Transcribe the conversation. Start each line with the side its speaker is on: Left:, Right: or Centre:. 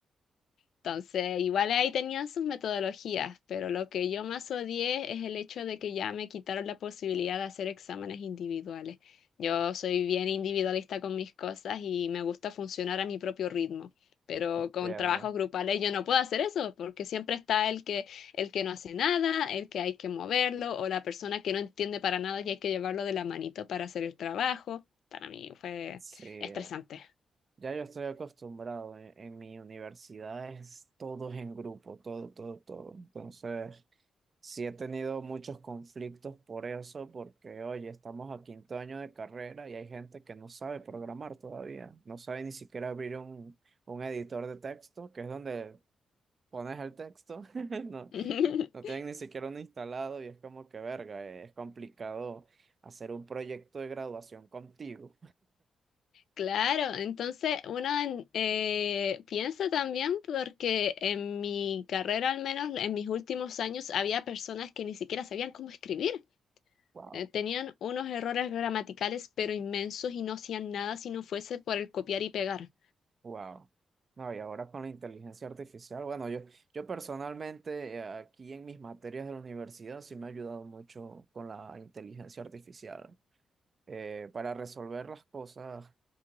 Left: Entonces, igual ahí tenían sus metodologías, pero lo que yo más odié es el hecho de que ya me quitaron la posibilidad de hacer exámenes individuales. Yo soy bien individualista con mis cosas y me gusta funcionar a mi propio ritmo, pero
Right: entiendo.
Left: con trabajos grupales yo no puedo hacer eso porque siempre está el que el que no hace nada, el que hay que moverlo o la persona que no entiende para nada y hay que llevarlo de la manito para hacer el trabajo. Para mí fue
Right: Sí, eh,
Left: estresante.
Right: ya yo estoy acostumbrado. En, en mi universidad es todos en grupo, todo, todo, todo. Entonces, sí he tenido muchos conflictos por eso, porque, oye, estamos a quinto año de carrera y hay gente que no sabe programar todavía, no sabe ni siquiera abrir un, un editor de texto, que es donde pones el texto, <laughs> no,
Left: <laughs>
Right: No tienen ni siquiera uno instalado y es como que verga, eh, es complicado hacer un proyecto de graduación contigo.
Left: Claro, entonces uno en- eh, piensa también porque en mi carrera, al menos en mis últimos años, había personas que ni siquiera sabían cómo escribir.
Right: Wow,
Left: Eh, tenían unos errores gramaticales pero inmensos y no hacían nada si no fuese por el copiar y pegar.
Right: wow. No, y ahora con la inteligencia artificial, bueno, yo, yo personalmente eh, aquí en mis materias de la universidad sí me ha ayudado mucho con la inteligencia artificial eh, para resolver las cosas.